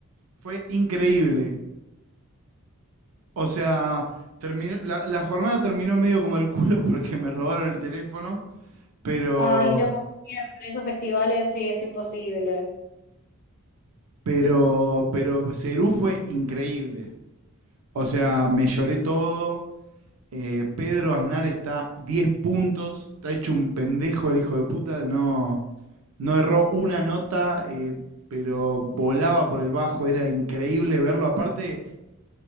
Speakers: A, on the right (about 70°); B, on the left (about 40°).
A: fue increíble. O sea, terminó, la, la jornada terminó medio como el culo porque me robaron el teléfono, pero,
B: Ay, no, siempre esos festivales sí es imposible.
A: pero, pero Serú fue increíble. O sea, me lloré todo. Eh, Pedro Aznar está 10 puntos, está hecho un pendejo el hijo de puta, no, no erró una nota, eh, pero volaba por el bajo, era increíble verlo. Aparte,